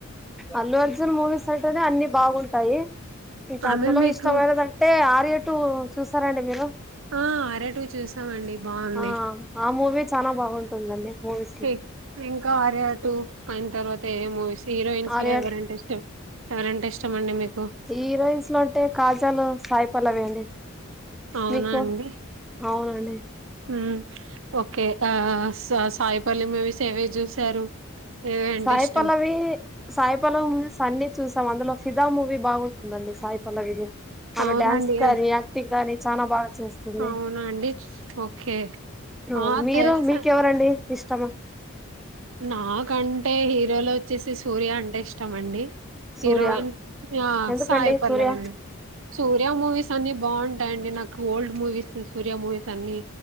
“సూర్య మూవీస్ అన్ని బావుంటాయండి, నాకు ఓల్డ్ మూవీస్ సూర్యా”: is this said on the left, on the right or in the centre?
Right